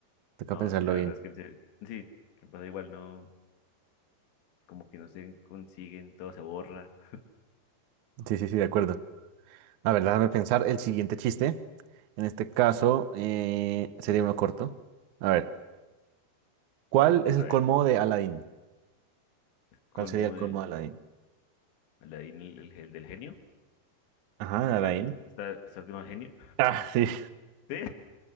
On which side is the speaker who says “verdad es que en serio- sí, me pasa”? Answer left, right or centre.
Left